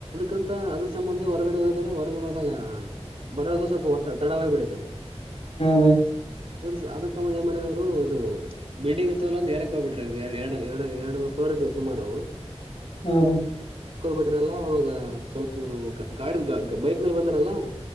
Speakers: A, on the right; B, on the left.
A: ಯಂತ ಅದ್ರ ಸಂಬಂಧ ಹೊರಗಡೆ ಹೋಗಿದರೆ ಹೊರಗಡೆ ಹೋದಾಗ ಬರೋದು
B: ಹಾ
A: ಸ್ವಲ್ಪ ಹೊ ತಡವ್ಬಡೆ ಹ
B: ಬೈ
A: ಅದ ಅದ್ರ ಸಂಬಧ ಏ ಮಾಡಿದ <inaudible> ಇದು ಬಿಲ್ಡಿಂಗ್ ಇರ್ತವಲ್ಲ ಎರಡಕ್ ಹೋಗ್ಬಿಟ್ರೆ ಎರಡು ಎರಡು ಎರಡು ಫ್ಲೋರ್ ಇದು ಸುಮಾರು
B: ಹ್ಮ ಹ
A: ಬಿಡ್ರಲ್ಲ ಅವಾಗ ಸ್ವಲ್ಪ ಇವರು ಗಾಡಿದ ಬೈಕ್ ಬಂದಾರಲ್ಲಾ